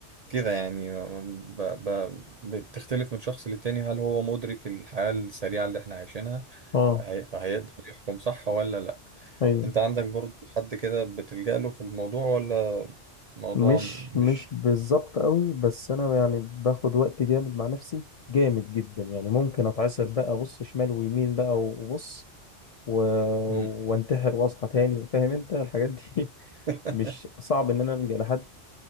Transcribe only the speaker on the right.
كده يعني ب... ب... بتختلف من شخص للتاني هل هو مدرك الحياة السريعة اللي احنا عايشينها
فهي... فهيقدر يحكم صح ولا لا
انت عندك برضو حد كده بتلجأ له في الموضوع ولا موضوع
مش
مم.
<laughs>